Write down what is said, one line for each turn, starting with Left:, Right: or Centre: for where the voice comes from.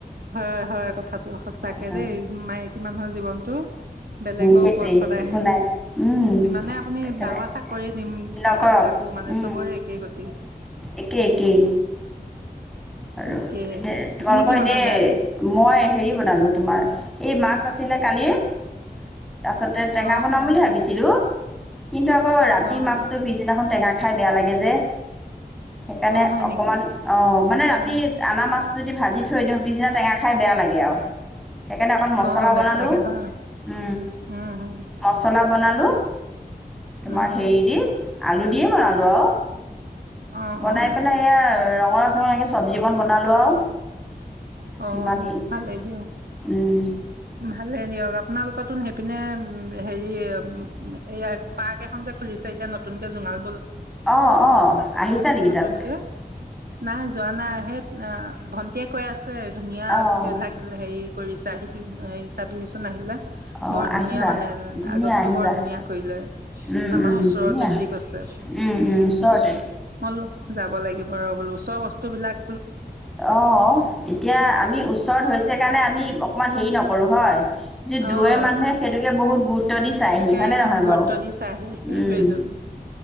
Right: হয় হয় কথাটো সচাকে
Centre: হয় হয়
Right: দেই মায়েকী মানুহৰ জীৱনটো বেলেগৰ
Centre: সেইটোৱেই
Right: ওপৰত সদায়।
Centre: একো নাই উম।
Right: যিমানে আপুনি
Centre: সেইকাৰণে
Right: ডাঙৰ চাকৰি
Centre: নকৰক
Right: কৰাবলাকো মানে
Centre: উম
Right: চবৰে একেই গতি।
Centre: একেই একেই আৰু
Right: একেই
Centre: এ তোমালোকৰ
Right: আপুনি কি
Centre: এনেই
Right: বনালে আজি
Centre: মই হেৰি বনালো তোমাৰ এই মাক মাছ আছিলে কালিৰ। তাৰ পছতে টেঙা
Right: অ
Centre: বনাম বুলি ভাবিছিলো। কিন্তু আকৌতি
Right: অ
Centre: মাছটো
Right: অ
Centre: পিছদিনাখন টেঙা খাই বেয়া লাগে যে সেইকাৰণে
Right: অ হয়
Centre: অকমান
Right: নেকি
Centre: অ মানে ৰাতি
Right: অ
Centre: আনা মাছ যদি ভাজি থৈ দিওঁ পিছদিনা টেঙা খাই বেয়া লাগে আৰু সেইকাৰণে অকণ মছলা
Right: অ বেয়া
Centre: বনালো
Right: লাগে হয়
Centre: উ
Right: উম হম
Centre: মছলা বনালোঁ। তোমাৰ
Right: উম
Centre: হেৰি দি আলু দি বনালোৱা
Right: অ
Centre: বনাই
Right: অ
Centre: পেলাই এয়া ৰঙালা তে চব্জি অকণ বনালোঁ আৰু সিমানেই
Right: অ ভালেই দিয়ক
Centre: উম,
Right: ভালেই দিয়ক আপোনালোকতো সেইপিনে উ হেৰি ইয়াৰ আ পাৰ্ক এখন যে খুলিছে এতিয়া নতুন কে জুঙাল
Centre: অ আহ আহিছা নেকি
Right: নতুনকে
Centre: তাত
Right: নাই যোৱা নাই আহে ভণ্টিয়ীয়ে কৈ আছে। স <unintelligible> ধুনীয়া
Centre: অ',
Right: হেৰি কৰিছে। আহিবি এই চাবিহিচোন ন আহিলে।
Centre: অ',
Right: বৰ ধুনীয়া
Centre: আহিবা।
Right: মানে
Centre: ধুনীয়া
Right: আগতকৈ
Centre: আহিবা,
Right: বৰ ধুনীয়া কৰিলে
Centre: উম,
Right: আমাৰ
Centre: উম,
Right: ওচৰতে
Centre: ধুনীয়া,
Right: বুলি কৈছে
Centre: উম,
Right: উম
Centre: ওচৰতে
Right: মইলো যাব লাগিব ৰ বোলো ওচৰ বস্ত বস্তুবিলাক
Centre: অ-অ এতিয়া আমি ওচৰত হৈছে কাৰণে আমি অকণমান হেৰি নকৰো হয়। যি দূয়ে
Right: অ',
Centre: মানুহে সেইটোকে বহুত গুৰুত্ব দি চাইহি
Right: সেইটোকে
Centre: হয়নে নহয়
Right: গুৰুত্ব
Centre: বাৰু
Right: দিছে আহি সেইটোৱেইটোন।
Centre: উম,